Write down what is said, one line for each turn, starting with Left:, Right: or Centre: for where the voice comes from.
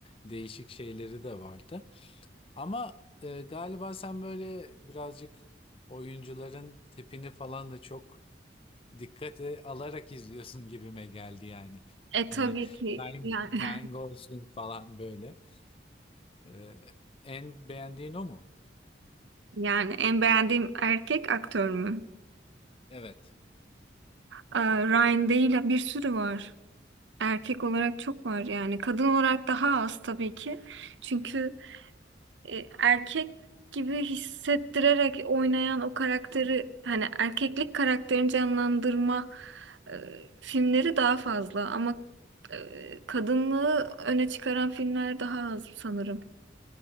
Left: değişik şeyleri de vardı. Ama eee, galiba sen böyle birazcık oyuncuların tipini falan da çok dikkate alarak izliyorsun gibime geldi yani.
Right: E tabii
Left: Hani
Right: ki
Left: Ryan,
Right: yani <laughs>
Left: Ryan Gosling falan böyle. Eee, en beğendiğin o mu?
Right: yani en beğendiğim erkek aktör mü?
Left: Evet.
Right: Aa, Ryan değil bir sürü var. Erkek olarak çok var yani. Kadın olarak daha az tabii ki. Çünkü e, erkek gibi hissettirerek oynayan o karakteri hani erkeklik karakterini canlandırma e, filmleri daha fazla ama e, kadınlığı öne çıkaran filmler daha az sanırım.